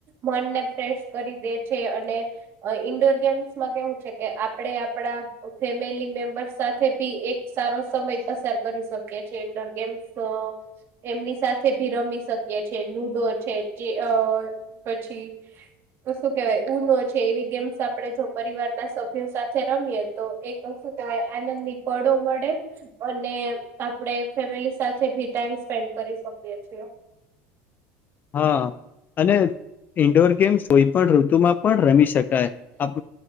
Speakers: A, on the right; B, on the left.
A: મનને ફ્રેશ કરી દે દે છે અને અહ ઇન્ડોર ગેમ્સમાં કેવું છે કે આપણે આપણા ફેમિલી મેમ્બર સાથે ભી એક સારો સમય પસાર કરી શકે છે ઇન્ડોર ગેમ્સ અહ એમની સાથે ભી રમી શકીએ છે. લુડો છે જે અહ પછી તો શું કેવાય ઉનો છે એવી ગેમ્સ આપણે જો પરિવાર ના સભ્યો સાથે રમીએ તો એ કશું આનંદની પળો મળે અને આપડ ફેમિલી સાથે ભી ટાઈમ સ્પેન્ડ કરી શકીએ છ
B: હા અને ઇન્ડોર ગેમ્ કોઈ પણ ઋતુમાં પણ રમી શકે શકાય આપ